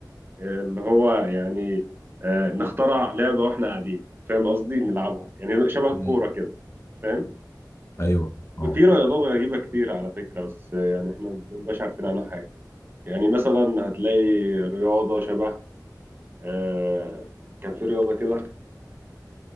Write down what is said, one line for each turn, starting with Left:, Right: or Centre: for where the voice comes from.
Right: آه، اللي هو يعني آه، نخترع لعبة واحنا قاعدين فاهم قصدي نلعبها يعني شبه الكورة
Left: مم.
Right: كده فاهم
Left: ايوه اه
Right: في رياضات غريبة كتير على فكرة بس يعني احنا ما بنبقاش عارفين عنها حاجة يعني مثلا هتلاقي رياضة شبه آه كان في رياضة كده